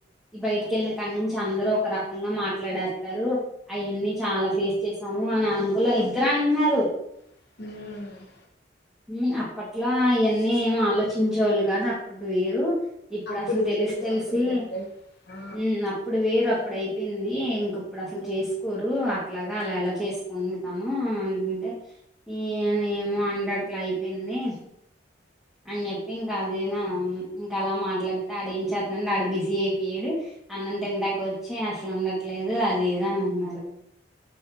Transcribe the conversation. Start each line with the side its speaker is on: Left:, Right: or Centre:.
Centre: ఈ బయటికెళ్ళిన కానుంచి అందరు ఒక రకంగా మాట్ మాట్లాడెత్తరు అయన్నీ చాలా ఫేస్ చేసాము అని అంకులు ఇద్దరు అంటున్నారు
Left: మ్మ్
Centre: మ్మ్ అప్పట్లో అయన్నీ ఏం ఆలోచించే వాళ్లు కాదు అప్పడు వేరు ఇప్పుడు
Left: అప్పుడు
Centre: అసలు తెలిసి
Left: వేరు
Centre: తెలిసి
Left: అప్పుడు జనరేషన్ ఆ
Centre: మ్మ్ అప్పుడు వేరు అప్పుడు అయిపోయింది ఈ ఇంక ఇప్పుడు అసలు చేసుకోరు అట్లగా అలా ఎలా చేసుకుంటాను అని అంటుంటే ఏమ్ ఏమో అంత అట్లయిపోయింది అని చెప్పి ఇంకా అదే నా ఇంకా అలా మాట్లాడితే ఆడేంచేత్తన్నాడు వాడు బిజీ అయిపోయాడు అన్నం తింటాక వచ్చి అసలు ఉండట్లేదు అది ఇది అని అన్నారు